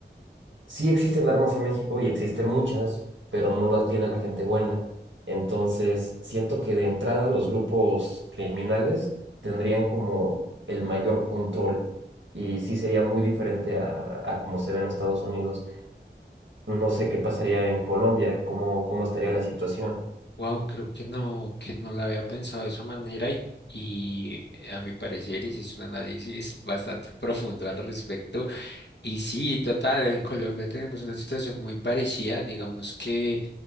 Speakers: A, on the right (about 85°); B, on the left (about 65°).
A: sí existen armas en México y existen muchas, pero no las tiene la gente buena. Entonces, siento que de entrada los grupos criminales tendrían como el mayor control y sí sería muy diferente a, a como se ve en Estados Unidos. No sé qué pasaría en Colombia, cómo, cómo estaría la situación.
B: Wow, creo que no, que no la había pensado de esa manera y, y eh, a mi parecer hiciste un análisis <laughs> bastante profundo al respecto. Y sí, total, en Colombia tenemos una situación muy parecida, digamos que